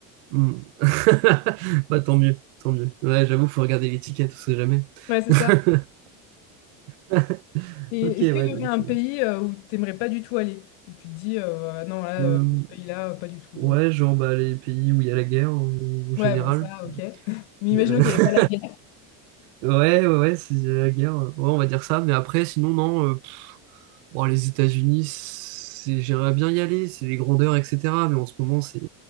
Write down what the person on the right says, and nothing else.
mm. <laughs> Bah tant mieux, tant mieux. Ouais, j'avoue, faut regarder l'étiquette, on sait jamais.
<laughs>
<laughs>
Ok,
ouais,
donc.
euh,
euh,
ouais,
genre bah, les pays où il y a la guerre en en
général.
Euh,
<laughs>
ouais, ouais, ouais, c'est il y a la guerre. euh, Ouais, on va dire ça. Mais après, sinon, non. euh, pff, bon, les États-Unis, c'est- j'aimerais bien y aller, c'est les grandeurs, etc. Mais en ce moment, c'est